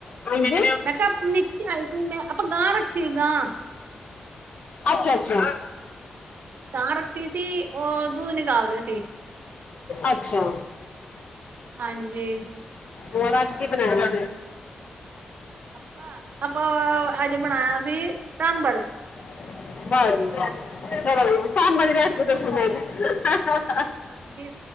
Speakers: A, on the left; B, on the right.
A: ਹਾਂਜੀ
B: ਮੈਂ ਕਿਹਾ ਨੀਚੇ ਆਈ ਸੀ ਮੈਂ ਆਪਾਂ ਗਾਂ ਰੱਖੀ ਗਾਂ।
A: ਅੱਛਾ ਅੱਛਾ।
B: <unintelligible>
A: ਅੱਛਾ।
B: ਹਾਂਜੀ।
A: <unintelligible> ਕੀ ਬਣਾਇਆ?
B: ਆਪਾ ਆਪਾਂ ਅੱਜ ਬਣਾਇਆ ਸੀ ਸਾਂਬਰ।
A: <unintelligible>
B: ਹਾਂਜੀ